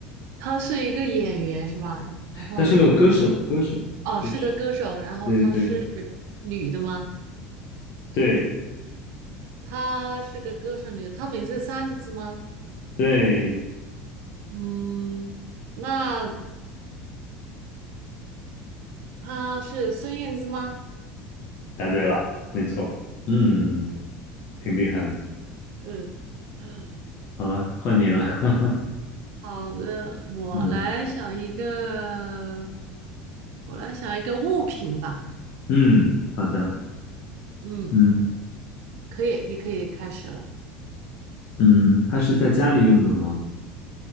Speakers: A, on the right; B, on the left.
A: 他是一个演员是吧？然后
B: 他是个歌手，歌手，
A: 哦，
B: 歌手。
A: 是个歌手，然后她是
B: 对对
A: 女的吗？
B: 对
A: 她是个歌手女的，她名字三个字吗？
B: 对，
A: 嗯，那她是孙燕姿吗？
B: 答对了，没错。嗯，挺厉害的。
A: 嗯嗯，
B: 好了，换你了。<laughs>
A: 好的，我来想一个，
B: 嗯
A: 我来想一个物品吧。
B: 嗯，好的。
A: 嗯，
B: 嗯
A: 可以，你可以开始了。
B: 嗯，它是在家里用的吗？